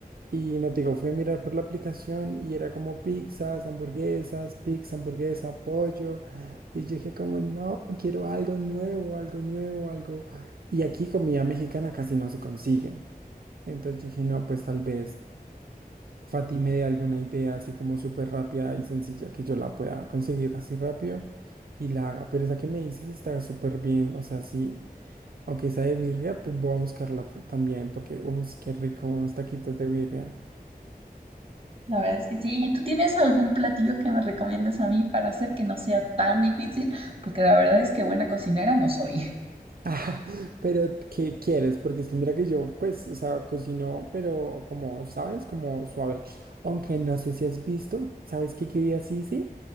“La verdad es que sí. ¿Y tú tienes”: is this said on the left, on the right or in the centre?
Right